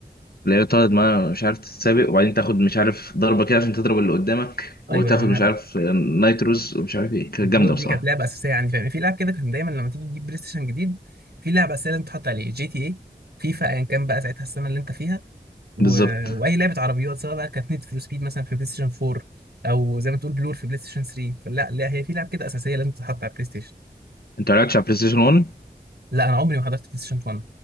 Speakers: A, on the left; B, on the right.
A: اللي هي بتقعد ما مش عارف تتسابق وبعدين تاخد مش عارف ضربة كده عشان تضرب اللي قدامك
B: ايوه
A: وتاخد
B: ايوه انا
A: مش عارف نايتروز ومش عارف ايه كانت
B: بلور
A: جامدة
B: دي
A: بصراحة
B: كانت لعبه اساسيه يعني فاهم في لعب كده كان دايما لما تيجي تجيب بلاي ستيشن جديد في لعبه اساسيه لازم تحط عليه جي تي اي فيفا ايا كان بقى ساعتها السنه اللي انت فيها و...
A: بالظبط
B: واي لعبه عربيات سواء بقى كانت نيد فور سبيد مثلا في بلاي ستيشن 4 او زي ما تقول بلور في بلاي ستيشن 3 فلا لا هي في لعب كده اساسيه لازم تتحط على البلاي ستيشن
A: انت ما لعبتش على بلاي ستيشن 1
B: لا انا عمري ما حضرت بلاي ستيشن 1